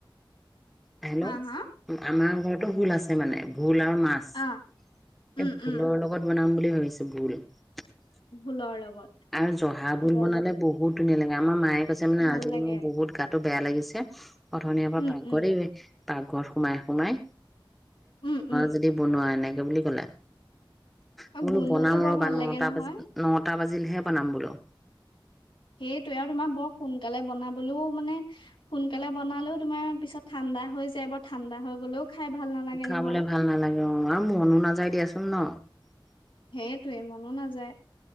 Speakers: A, in the centre; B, on the left.
A: হেল্ল'
B: হা হা
A: আমাৰ ঘৰত ভুল আছে মানে ভোল আৰু মাছ এই
B: অ উম
A: ভোলৰ
B: উম
A: লগত বনাম বুলি <unintelligible>
B: ভোলৰ লগত
A: আৰু জহা ভোল
B: গম
A: বনালে বহুত ধুনীয়া লাগে এ, আমাৰ মাএ কৈছে মানে
B: ভাল
A: আজি
B: লাগে
A: মোৰ বহুত গাটো বেয়া লাগিছে। অথনিৰেপৰা
B: উম
A: পাকঘৰেই।
B: উম
A: পাকঘৰত সোমাই সোমাই
B: উম উম
A: যদি বনোৱা এনেক <unintelligible> বুলি ক'লা?
B: আৰু
A: মই বোলো
B: গোন্ধটো
A: বনাম
B: বৰ
A: ৰবা
B: ভাল
A: নটা
B: লাগে নহয়
A: বাজি, নটা বাজি <unintelligible> বনাম বোলো।
B: সেইটোোৱে আৰু তোমাৰ বৰ সোনকালে বনাবলৈও মানে সোনকালে বনালেও তোমাৰ পিছত ঠাণ্ডা হৈ যায় বৰ ঠাণ্ডা হৈ গলেও খাই ভাল নালাগে
A: খাবলে
B: নহয়।
A: ভাল নালাগে অ', আৰু মনো নাযাই দিয়াচোন। <unintelligible>
B: সেইটোৱে মনো নাযায়।